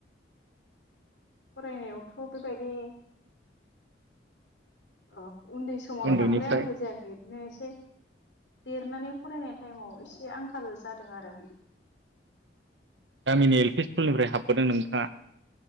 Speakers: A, on the left; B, on the right.
A: फरायनायावथ' बेबायदि अ उन्दै समावथ
B: उन्दैनिफ्राय
A: बांद्राय आंखाल जायाखै बिदिनो एसे देरनानै फरायनाय टाइमाव एसे आंखा ल जादों आरो।
B: गामिनि एल पि स्कुलनिफ्राय हाबबोदों नोंथाङा?